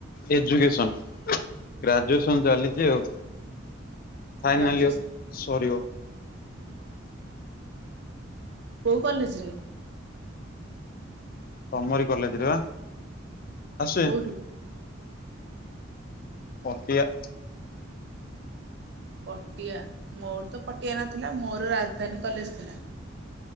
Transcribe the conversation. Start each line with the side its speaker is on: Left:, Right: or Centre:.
Left: ଏଜୁକେସନ ଗ୍ରାଜୁଏସନ ଚାଲିଚି ଆଉ। Final
Right: graduation?
Left: year ସରିବ।
Right: କୋଉ କଲେଜ ରେ?
Left: ତମରି କଲେଜରେ ବା ଆସୁଚି।
Right: କୋଉଠି?
Left: ପତିଆ।
Right: ପଟିଆ, ମୋର ତ ପଟିଆ ନଥିଲା ମୋର ରାଜଧାନୀ କଲେଜ ଥିଲା।